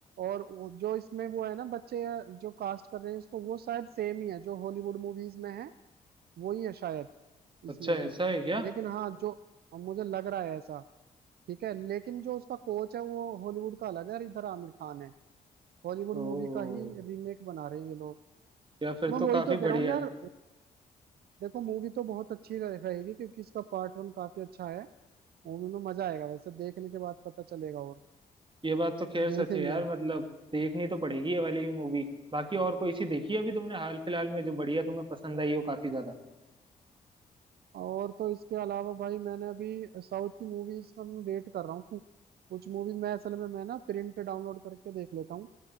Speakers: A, on the right (about 70°); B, on the right (about 30°).
A: और वो जो इसमें वो है ना बच्चे जो कास्ट कर रहे हैं इसको वो शायद सेम ही है जो हॉलीवुड मूवीज में है वो ही है शायद इसमें
B: अच्छा ऐसा
A: भी
B: है क्या
A: लेकिन हाँ जो मुझे लग रहा है ऐसा ठीक है लेकिन जो उसका कोच है वो हॉलीवुड का अलग है और इधर आमिर खान है हॉलीवुड
B: तो
A: मूवी का ही रीमेक बना रहे हैं ये लोग
B: या फिर
A: मैं
B: तो
A: वही
B: काफी
A: तो कह
B: बढ़िया
A: रहा हूँ यार
B: है
A: देखो मूवी तो बहुत अच्छी रह- रहेगी क्योंकि इसका पार्ट वन काफी अच्छा है मूवी में मजा आएगा वैसे देखने के बाद पता चलेगा और
B: ये बात तो खैर सच
A: देखेंगे
B: है यार मतलब देखनी तो पड़ेगी ये वाली मूवी बाकी और कोई सी देखी है अभी तुमने हाल फिलहाल में जो बढ़िया तुम्हें पसंद आई हो काफी ज्यादा
A: और तो इसके अलावा भाई मैंने अभी साउथ की मूवीज का मैं वेट कर रहा हूँ कुछ मूवीज मैं असल में मैं ना प्रिंट डाउनलोड करके देख लेता हूँ